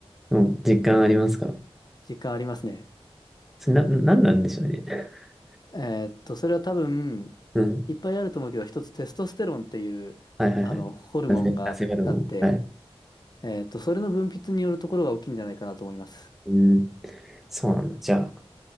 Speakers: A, in the centre; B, on the left.
A: もう実感ありますか
B: 実感ありますね。
A: それな、なんなんでしょうね。<laughs>
B: えーっと、それは多分、
A: うん。
B: いっぱいあると思うけど、一つテストステロンっていう、
A: はいはいはい。
B: あの、ホルモンがあって、
A: なぜ、なぜホルモン。はい。
B: えーっと、それの分泌によるところが大きいんじゃないかなと思います。
A: うん。そうなんだ。じゃあ、